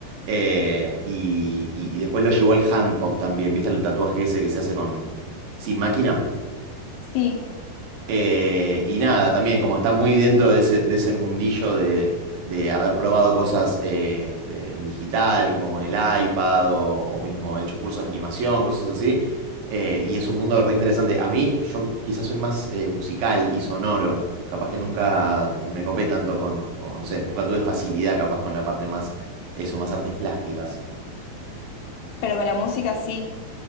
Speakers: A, on the right (about 75°); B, on the left (about 70°).
A: Eh, y, y- y después lo llevó al handpoke también. ¿Viste el tatuaje ese que se hace con sin máquina?
B: Sí,
A: Eh, y nada, también como está muy dentro de ese, de ese mundillo de, de haber probado cosas eh, de- en digital, como con el iPad o, o mismo hecho cursos de animación, cosas así, eh, y es un mundo re interesante. A mí, yo quizás soy más eh, musical y sonoro, capaz que nunca me copé tanto con, o no sé, nunca tuve facilidad capaz con la parte más, eso, más artes plásticas.
B: pero con la música sí.